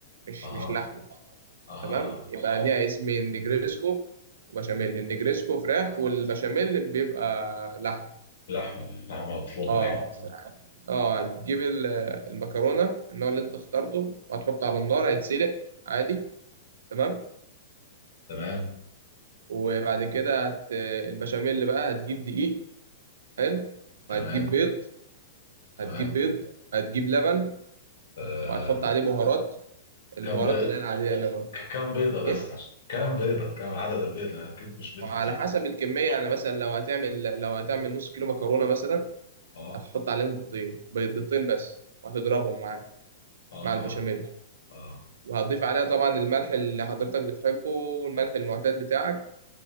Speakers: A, on the right; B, on the left.
A: مش
B: أها
A: مش لحمة
B: أها
A: تمام يبقى اه ليها اسمين نجريسكو وبشاميل النجريسكو فراخ والبشاميل بيبقى لحمة
B: لحمة لحمة مفرومة
A: اه
B: أيوه
A: اه هتجيب ال- المكرونة النوع اللي انت اخترته وهتحطه على النار هيتسلق عادي تمام
B: تمام
A: وبعد كده هت... البشاميل بقى هتجيب دقيق حلو وهتجيب
B: تمام
A: بيض
B: تمام
A: هتجيب بيض هتجيب لبن
B: آه،
A: وهتحط عليه بهارات البهارات
B: كم بيض
A: اللي هي العادية اللي هو
B: كام بيضة بس
A: ايه
B: كام بيضة كام عدد البيض لأن أكيد مش بيض
A: وعلى
B: كتير
A: حسب الكمية يعني مثلا لو هتعمل لو هتعمل نص كيلو مكرونة مثلا
B: اه
A: هتحط عليهم بيضتين بيض- بيضتين بس وهتضربهم مع
B: اه
A: مع البشاميل
B: اه
A: وهتضيف عليها طبعا الملح اللي حضرتك بتحبه والملح المعتاد بتاعك